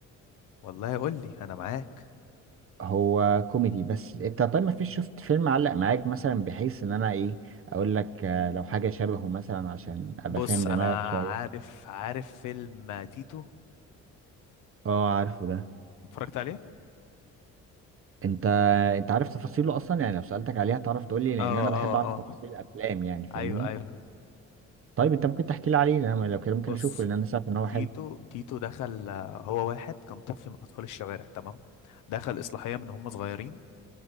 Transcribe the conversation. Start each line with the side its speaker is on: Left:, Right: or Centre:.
Left: والله قول لي انا معاك
Right: هو كوميدي بس انت طيب ما فيش شفت فيلم علق معاك مثلا بحيث ان انا ايه اقول لك آه، لو حاجه شبهه مثلا عشان ابقى
Left: بص
Right: فاهم دماغك
Left: انا
Right: شويه
Left: عارف عارف فيلم تيتو
Right: اه عارفه ده
Left: اتفرجت عليه
Right: انت انت عارف تفاصيله اصلا يعني لو سألتك عليها تعرف تقول لي لان
Left: اه
Right: انا بحب
Left: اه
Right: اعرف
Left: اه
Right: تفاصيل الافلام يعني فاهمني
Left: ايوه ايوه
Right: طيب انت ممكن تحكي لي عليه انا لو كده ممكن
Left: بص
Right: اشوفه لان انا سمعت ان هو
Left: تيتو
Right: حلو
Left: تيتو دخل آه، هو واحد كان طفل من اطفال الشوارع تمام دخل اصلاحيه من هم صغيرين